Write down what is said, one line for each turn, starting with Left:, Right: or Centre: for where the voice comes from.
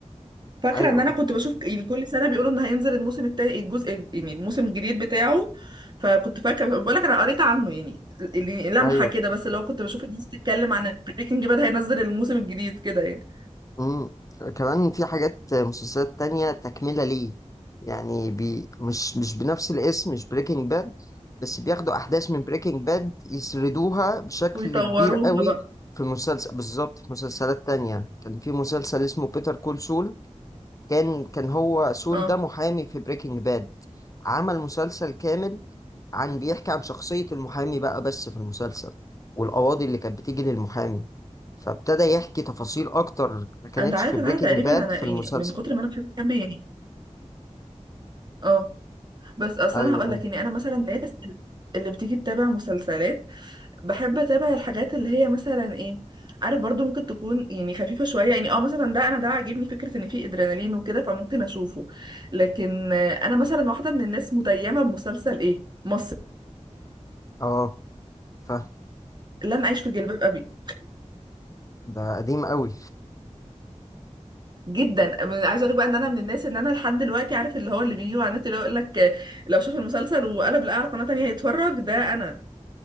Right: فاكره
Left: ايوه
Right: ان انا كنت بشوف ك- يعني كل سنه بيقولوا ان هينزل الموسم التاني الجزء الج- يعني الموسم الجديد بتاعه فكنت فاكره بقول لك انا قريت عنه يعني اللي- لمحه
Left: ايوه
Right: كده بس لو كنت بشوف الناس بتتكلم عن بريكنج باد هينزل الموسم الجديد كده يعني
Left: مم. كمان في حاجات مسلسلات تانية تكملة ليه يعني بي مش مش بنفس الاسم مش بريكنج باد بس بياخدوا أحداث من بريكنج باد يسردوها بشكل
Right: ويطوروها
Left: كبير قوي
Right: بقى
Left: في مسلسل بالظبط في مسلسلات تانية كان في مسلسل اسمه بيتر كول سول كان كان هو سول
Right: اه
Left: ده محامي في بريكنج باد عمل مسلسل كامل عن بيحكي عن شخصية المحامي بقى بس في المسلسل والقواضي اللي كانت بتيجي للمحامي فابتدى يحكي تفاصيل اكتر ما كانتش
Right: انت عارف
Left: في بريكنج
Right: ان انا تقريبا
Left: باد
Right: انا
Left: في
Right: يعني
Left: المسلسل
Right: من كتر ما انا بحب كامبي يعني اه بس اصلا
Left: ايوه
Right: هقول
Left: قول
Right: لك يعني انا مثلا الناس اللي بتيجي تتابع مسلسلات بحب اتابع الحاجات اللي هي مثلا ايه عارف برضو ممكن تكون يعني خفيفة شوية يعني اه مثلا ده انا ده عاجبني فكرة ان فيه ادرينالين وكده فممكن اشوفه لكن آه، انا مثلا واحدة من الناس متيمة بمسلسل ايه مصر
Left: اه فاهم
Right: لن اعيش في جلباب ابي
Left: ده قديم قوي
Right: جدا من- عايزه اقول بقى ان انا من الناس ان انا لحد دلوقتي عارف اللي هو اللي بيجي على النت اللي هو يقول لك آه، لو شاف المسلسل وقلب لقى على قناه تانية يتفرج ده انا